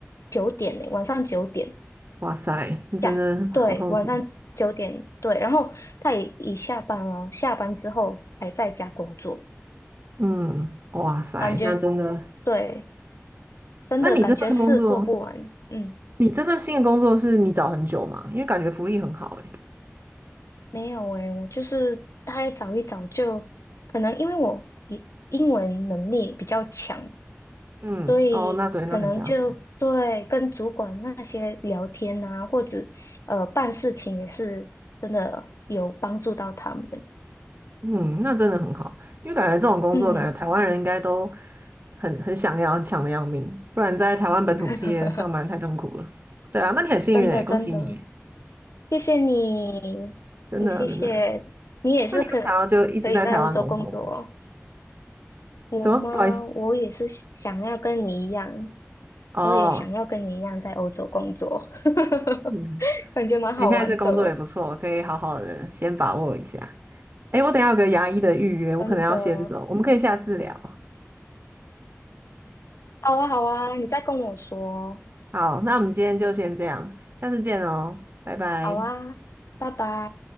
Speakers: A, on the left; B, on the right.
A: 九点呢，晚上九点
B: 哇塞，那真的好痛苦。
A: 下，对，晚上九点对，然后他也已下班哦，下班之后还在家工作，
B: 嗯，哇塞，
A: 感觉。
B: 那真的，
A: 对，真的感觉事做不完。
B: 那你这份工作，
A: 嗯，
B: 你这份新的工作是你找很久吗？因为感觉福利很好欸
A: 没有诶，我就是大概找一找就，可能因为我英英文能力比较强，
B: 嗯，
A: 所以可能就对跟主管那些聊天啊，
B: 哦，那对，那很加分。
A: 或者呃办事情也是真的有帮助到他们。
B: 嗯，那真的很好，因为感觉这种工作，
A: 嗯，
B: 感觉台湾人应该都很很想要，很抢的要命，不然在台湾本土企业上班太痛苦了。
A: <laughs>
B: 对啊，那你很幸运诶，
A: 真的真的，
B: 恭喜你耶，
A: 谢谢你，
B: 真的真的。
A: 你谢谢你也是可可以在欧洲工作哦。
B: 那你会想要就一直在台湾工作吗？
A: 我吗？
B: 什么？不好意思，
A: 我也是想要跟你一样，
B: 哦，
A: 我也想要跟你一样在欧洲工作，<laughs>
B: 嗯，
A: 感觉蛮好玩的，
B: 你现在这工作也不错，可以好好的先把握一下。诶，我等一下有个牙医的预约，我可能要先走，
A: 真的。
B: 我们可以下次聊。
A: 好啊，好啊，你再跟我说哦。
B: 好，那我们今天就先这样，下次见哦，拜拜。
A: 好啊，拜拜。